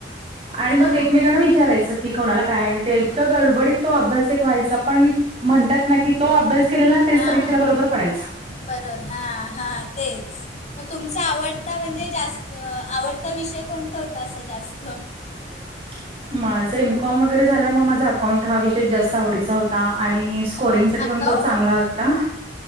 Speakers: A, on the right; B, on the left.
A: आणि मग
B: हां
A: एकमेकांना विचार विचारायच की कोणाला काय? ते इतकं गडबडीत तो अभ्यास एक व्हायचा पण म्हणतात ना की तो
B: हो
A: अभ्यास केलेला ना? तेच
B: हां
A: परीक्षेला बरोबर पडायच.
B: बरोबर. हा.. हा.. तेच मग तुमच आवड आता म्हणजे जास्त आवडता विषय कोणता होता? असा जास्त?
A: <inaudible> माझं एमकॉम वगैरे झाल. मग माझा अकाउंट हा विषय जास्त आवडीचा होता. आणि स्कोरिंग साठी पण
B: अकाऊंट
A: तो चांगला होता.